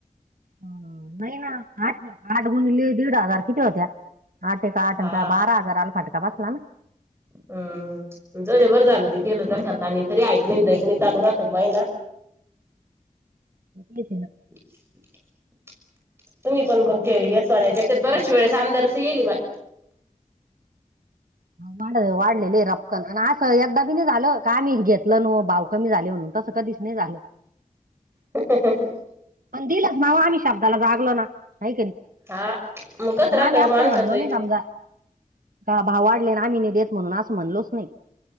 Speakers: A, on the right; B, on the right.
A: अं, नाही ना आठ, आठ गुणले दीड हजार किती होत्या आठ एका आठाचा
B: हा
A: बारा हजार आला फटका बसला ना.
B: हम्म, जाऊदे बरं झालं ते केलं डोक्याला तान नाही हे तरी ऐकणी, देयकी नाही चालू राहत माहिना.
A: घेती ना.
B: <inaudible> तुम्ही पण मग येत त्याच्यात बऱ्याच वेळ्याच
A: ना
B: आंदर अस येईल बाय.
A: भाडे वाढलेले आहे राव. असं एकदा बी नाही झालं का मी घेतलं न भाव कमी झाले म्हणून तसं कधीच नाही झालं. <inaudible>
B: ह <inaudible>
A: अन दिलंत नाव आम्ही शब्दाला जागलो ना. आहे की नाही,
B: हा मग कसं
A: पण
B: राहत
A: आम्ही अस
B: माणसाच
A: काही म्हणलो नाही समजा का भाव वाढले आम्ही नाही देत असं म्हणलोच नाही.